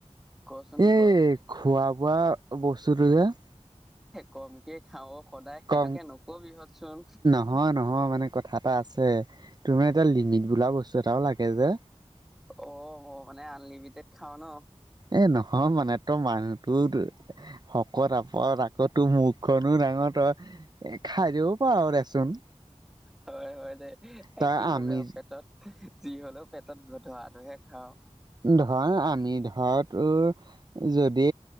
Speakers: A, in the centre; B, on the right.
A: কচোন
B: এই
A: ক
B: খোৱা বোৱা বস্তুটো যে
A: কমকে খাও সদায় সেইটোকে
B: কম
A: নকবি হতচোন।
B: নহয় নহয় মানে কথা এটা আছে, তুমাৰ এতিয়া লিমিট বোলা বস্তু এটাও লাগে যে।
A: অ ম মানে আনলিমিটেড খাও ন।
B: এ নহয় মানে তই মানুহটো শকত আপত আকৌ তোৰ মুখখনো ডাঙৰ তই খাই দিব পাৰ দেচোন।
A: হয় হয় দে এ
B: তাৰ
A: কি
B: আমি
A: কবি আৰু পেটত যি হলেও পেটত ধোৱাটোহে খাওঁ।
B: ধৰ আমি ধৰো তোৰ যদি